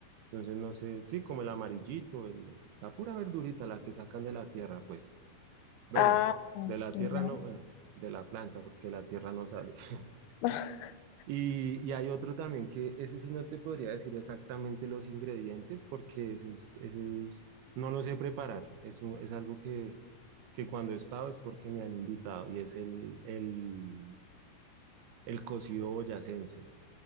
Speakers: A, on the right; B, on the left.
A: Entonces, no sé, sí, como el amarillito, el, la pura verdurita, la que sacan de la tierra, pues. Bueno,
B: Ah,
A: de la
B: ya.
A: tierra no, bueno, de la planta, porque la tierra no sale. <laughs>
B: <laughs>
A: Y, y hay otro también que ese sí no te podría decir exactamente los ingredientes, porque ese es, ese es, no lo sé preparar. Es, un- es algo que, que cuando he estado es porque me han invitado y es el, el, el cocido boyacense,